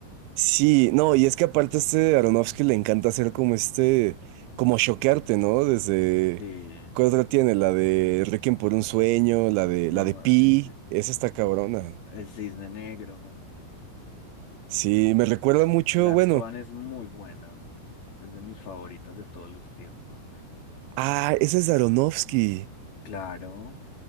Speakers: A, on the right; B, on the left.
A: Sí, no, y es que aparte a este Aronofsky le encanta hacer como este, como choquearte, ¿no? Desde,
B: Sí,
A: ¿cuál otra tiene? La de Requiem por un sueño, la de,
B: no,
A: la de Pi,
B: es-
A: esa está cabrona.
B: el Cisne Negro.
A: Sí, me recuerda mucho,
B: Black
A: bueno,
B: Swan es muy buena. Es de mis favoritas de todos los tiempos.
A: ah, esa es de Aronofsky.
B: Claro,